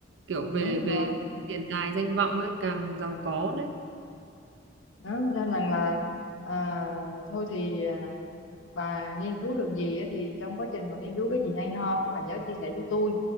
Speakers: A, on the right; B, on the left.
A: kiểu
B: đúng
A: về về
B: rồi.
A: tiền tài danh vọng ấy càng giàu có đấy
B: đó, nên rằng là à, thôi thì à, bà nghiên cứu được gì á, thì trong quá trình mà nghiên cứu cái gì hay ho cái bà nhớ chia sẻ cho tôi